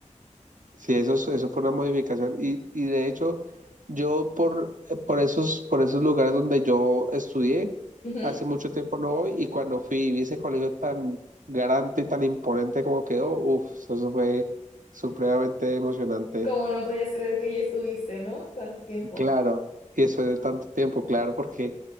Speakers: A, on the right (about 80°); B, on the left (about 75°).
A: Sí, eso, es- eso fue una modificación y, y de hecho yo por, por esos, por esos lugares donde yo estudié,
B: ujú.
A: hace mucho tiempo no voy y cuando fui y vi ese colegio tan grande y tan imponente como quedó, uff, eso fue supremamente emocionante.
B: Como no podías creer que ya estuviste, ¿no? Tanto tiempo.
A: Claro, y después de tanto tiempo, claro, porque